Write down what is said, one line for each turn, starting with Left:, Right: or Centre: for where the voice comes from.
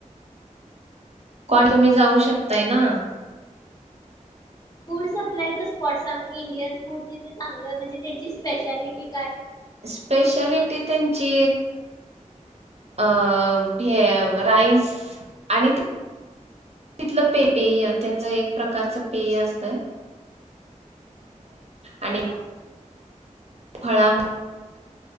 Right: कौन तुम्ही जाऊ शकताय ना.
Left: फूड सप्लायच स्पॉट सांग इंडियन फूड जिथं चांगलं म्हणजे त्यांची स्पेशलिटी
Right: स्पेशालिटी त्यांची अ हे राईस आणि तिथलं प पेय त्यांच एक प्रकारचं पेय असतंय
Left: ना.
Right: आणि
Left: हा
Right: फळा